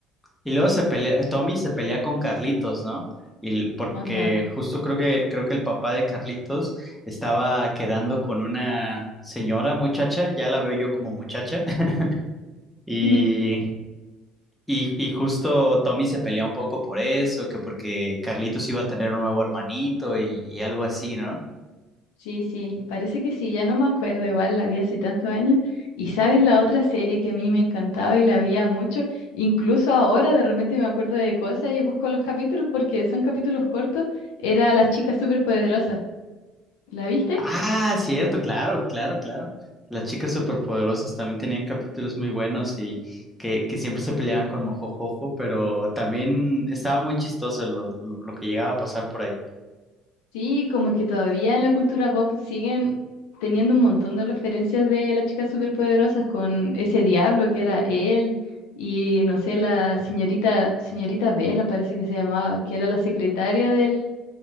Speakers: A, in the centre; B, on the left.
A: Y luego se pelea, Tommy se pelea con Carlitos, ¿no? Y l- porque
B: Ajá.
A: justo creo que creo que el papá de Carlitos estaba quedando con una señora muchacha, ya la veo yo como muchacha, <laughs> y,
B: <laughs>
A: y, y justo Tommy se pelea un poco por eso, que porque Carlitos iba a tener un nuevo hermanito y, y algo así, ¿no?
B: Sí, sí, parece que sí, ya no me acuerdo, igual la vi hace tantos años. Y sabes, la otra serie que a mí me encantaba y la veía mucho, incluso ahora de repente me acuerdo de cosas y busco los capítulos porque son capítulos cortos, era Las chicas superpoderosas. ¿La viste?
A: Ah, cierto, claro, claro, claro. Las chicas superpoderosas también tenían capítulos muy buenos y que, que siempre se peleaban con Mojojojo, pero también estaba muy chistoso lo, lo- lo que llegaba a pasar por ahí.
B: Sí, como que todavía en la cultura pop siguen teniendo un montón de referencias de las chicas superpoderosas con ese diablo que era él y no sé, la señorita, señorita Bella parece que se llamaba, que era la secretaria del.